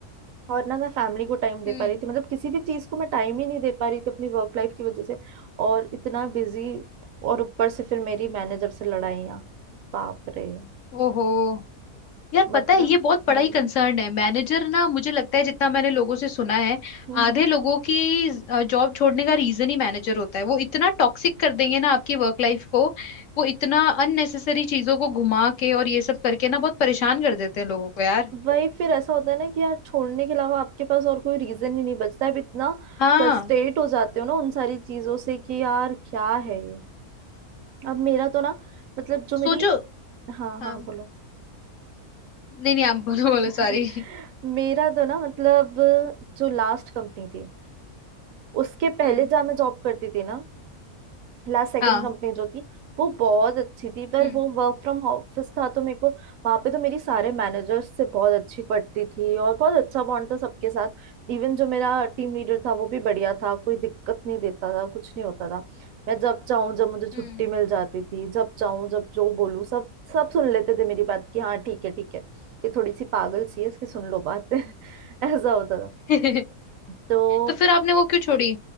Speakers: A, on the right; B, on the left.
A: और ना मैं फैमिली को टाइम दे
B: हम्म
A: पा रही थी मतलब किसी भी चीज को मैं टाइम ही नहीं दे पा रही थी अपनी वर्क लाइफ की वजह से और इतना बिजी और ऊपर से फिर मेरी मैनेजर से लड़ाइयाँ बाप रे
B: ओहो यार
A: मतलब
B: पता है ये बहुत बड़ा
A: हम्म
B: ही कंसर्न है मैनेजर ना मुझे लगता है जितना मैंने लोगों से सुना है
A: हम्म
B: आधे
A: हम्म।
B: लोगों की जॉब छोड़ने का रीजन ही मैनेजर होता है वो इतना टॉक्सिक कर देंगे ना आपकी वर्क लाइफ को वो इतना अननेसेसरी चीजों को घुमा के और ये सब करके ना बहुत परेशान कर देते हैं लोगों को यार
A: वही फिर ऐसा होता है ना कि यार छोड़ने के अलावा आपके पास और कोई रीजन ही नहीं बचता है अब इतना
B: हाँ
A: फ्रस्ट्रेट हो जाते हो ना उन सारी चीजों से कि यार क्या है ये अब मेरा तो ना मतलब जो मेरी
B: सोचो
A: हाँ
B: हाँ
A: हाँ बोलो
B: नहीं नहीं आप बोलो बोलो
A: <laughs>
B: सॉरी
A: मेरा तो ना मतलब जो लास्ट कंपनी थी उसके पहले
B: हम्म
A: जहाँ मैं जॉब करती थी ना लास्ट सेकंड
B: हाँ
A: कंपनी जो थी वो बहुत अच्छी थी पर
B: हम्म
A: वो वर्क फ्रॉम ऑफिस था तो मेरे को वहां पे तो मेरी सारे मैनेजर्स से बहुत अच्छी पड़ती थी और बहुत अच्छा बॉन्ड था सबके साथ इवन जो मेरा टीम लीडर था वो भी बढ़िया था कोई दिक्कत नहीं देता था कुछ नहीं होता था मैं जब चाहूँ जब मुझे छुट्टी
B: हम्म
A: मिल जाती थी जब चाहूँ जब जो बोलूँ सब सब सुन लेते थे मेरी बात की हाँ ठीक है ठीक है ये थोड़ी सी पागल सी है इसकी सुन लो बात <laughs> ऐसा होता था
B: <laughs>
A: तो
B: तो फिर आपने वो क्यों छोड़ी